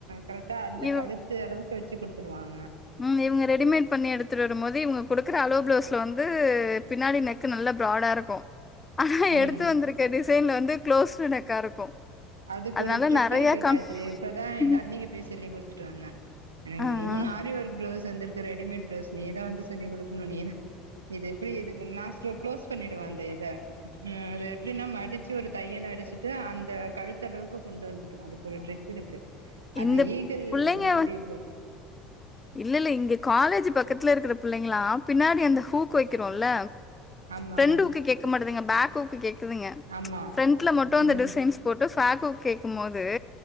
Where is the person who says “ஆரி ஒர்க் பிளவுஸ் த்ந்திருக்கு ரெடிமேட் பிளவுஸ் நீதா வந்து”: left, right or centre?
Right